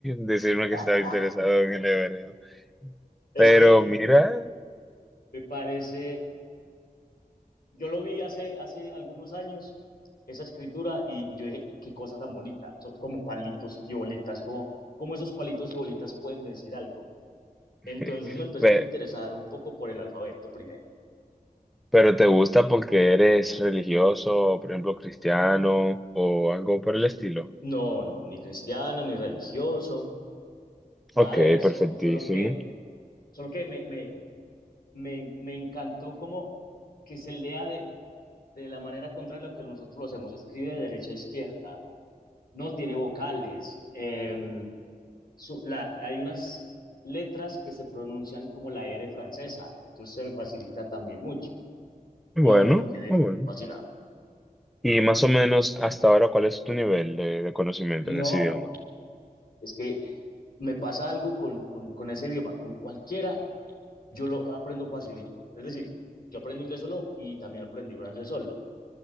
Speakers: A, in the centre; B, on the left.
A: decirme que
B: <laughs>
A: estaba interesado en el hebreo.
B: Es
A: Pero
B: que
A: mira,
B: me parece, yo lo vi hace, hace algunos años, esa escritura, y, y yo dije, qué cosa tan bonita, son como palitos y bolitas, como, como esos palitos y bolitas pueden decir algo.
A: <laughs>
B: Entonces me empecé
A: pe-
B: como a interesar un poco por el alfabeto primero.
A: pero te gusta porque eres religioso, por ejemplo, cristiano o algo por el estilo.
B: No, no, ni cristiano, ni religioso, nada
A: Ok,
B: de eso,
A: perfectísimo.
B: solo que, solo que me, me, me, me encantó como que se lea de, de la manera contraria a lo que nosotros lo hacemos. Escribe de derecha a izquierda, no tiene vocales. Eh, su, la, hay unas letras que se pronuncian como la R francesa, entonces se me facilita también mucho.
A: Bueno,
B: No, yo quedé
A: muy bueno.
B: fascinado.
A: Y más o menos hasta ahora, ¿cuál es tu nivel de, de conocimiento
B: No,
A: en ese idioma?
B: es que me pasa algo con, con, con ese idioma, con cualquiera, yo lo aprendo facilito. Es decir, yo aprendo inglés solo y también aprendí francés solo.